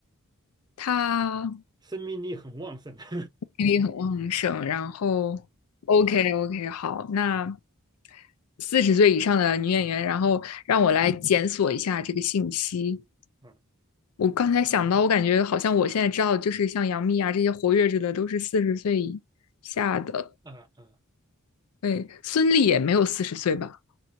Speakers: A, on the left; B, on the right.
A: 她
B: 生命力很旺盛。<laughs>
A: 精力很旺盛。然后，OK OK，好，那
B: 嗯
A: 四十岁以上的女演员，然后让我来检索一下这个信息。
B: 嗯
A: 我刚才想到，我感觉好像我现在知道，就是像杨幂啊这些活跃着的，都是四十岁以下的。
B: 啊啊
A: 对，孙俪也没有四十岁吧？